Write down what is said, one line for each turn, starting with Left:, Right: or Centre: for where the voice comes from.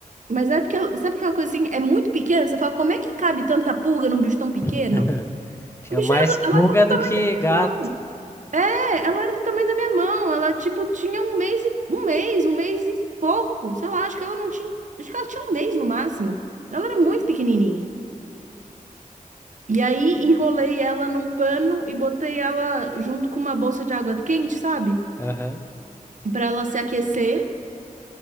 Right: mas é porque, ela- sabe aquela coisa assim, é muito pequena, você fala, como é que cabe tanta pulga num bicho tão pequeno?
Left: <laughs> Tinha
Right: O bicho
Left: mais
Right: era do, ela
Left: pulga
Right: era do
Left: do
Right: tamanho
Left: que
Right: da minha
Left: gato.
Right: mão, é, ela era do tamanho da minha mão, ela, tipo, tinha um mês, e- um mês, um mês e pouco, sei lá, acho que ela não tinha, acho que ela tinha um mês no máximo, ela era muito pequenininha. E aí enrolei ela num pano e botei ela junto com uma bolsa de água quente, sabe?
Left: Aham.
Right: Pra ela se aquecer.